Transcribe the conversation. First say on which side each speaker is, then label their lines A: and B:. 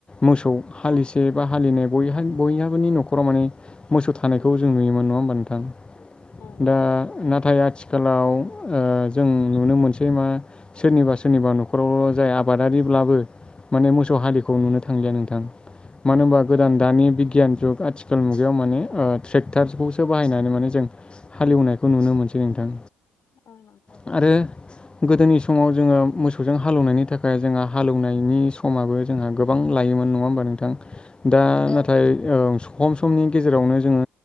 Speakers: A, on the left; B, on the left.
A: मोसौ हालिसे बा हालिनै बय बयहाबोनि न'खराव माने मोसौ थानायखौ जों नुयो। मोन नंआ होनबा नोंथां
B: औ नंगौ
A: दा‌‌
B: नोंथां
A: नाथाय आथि आथिखालाव ओ जों नुनो मोनसै मा सोरनिबा सोरनिबा न'खरावल' जाय आबादारि ब्लाबो माने मोसौ हालिखौ नुनो थांलिया नोंथां मानो होनबा
B: औ
A: गोदान
B: नोंथां
A: दानि बिगियान जुग आथिखाल मुगा याव माने ओ ट्रेक्टारखौसो बाहायनानै माने जों हालेवनायखौ नुनो मोनसै नोंथां।
B: औथां।
A: आरो गोदोनि समाव जोङो मोसौजों हालेवनायनि थाखाय जोंहा हालेवनायनि समाबो जोंहा गोबां लायोमोन नङा होमबा नोंथां दा
B: औ नोंथां
A: नाथाय औ खम समनि गेजेरावनो जोङो